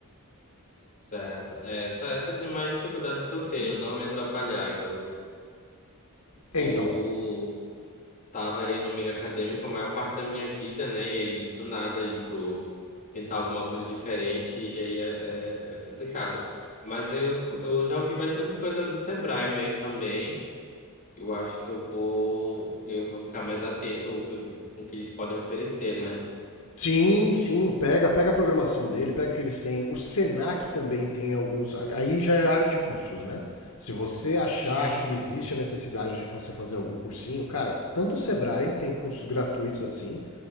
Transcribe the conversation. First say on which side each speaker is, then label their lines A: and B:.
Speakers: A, on the left; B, on the left.
A: Certo. É, Essa, essa é de mais dificuldade que eu tenho, não me atrapalhar. Eu,
B: É,
A: eu
B: então,
A: tava aí no meio acadêmico a maior parte da minha vida, né? E aí, do nada, ir pro tentar alguma coisa diferente, e aí é, é- é complicado. Mas eu, eu já ouvi bastante coisa do Sebrae mesmo também. Eu acho que eu vou, eu vou ficar mais atento ao que, com o que eles podem oferecer, né?
B: Sim, sim, pega, pega a programação dele, pega o que eles têm. O Senac também tem alguns. Aí já é área de cursos, né? Se você achar
A: Uhum.
B: que existe a necessidade de você fazer algum cursinho, cara, tanto o Sebrae tem cursos gratuitos assim,